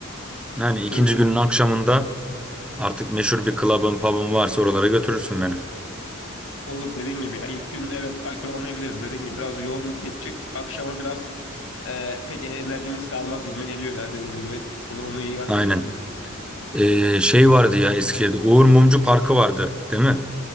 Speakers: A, in the centre; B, on the left.
A: Yani ikinci
B: <laughs>
A: günün akşamında artık meşhur bir club'ın pub'ın varsa oralara götürürsün beni.
B: Olur dediğin gibi ya. İlk gün evet alkol almayabiliriz dediğin gibi. Biraz yoğun geçecek. Akşama biraz e, pek enerjimiz kalmaz gibime geliyor ya dediğin gibi. Onu, onu iyi akıl
A: Aynen.
B: ettin.
A: E, şey vardı ya Eskişehir'de Uğur Mumcu Parkı vardı değil mi?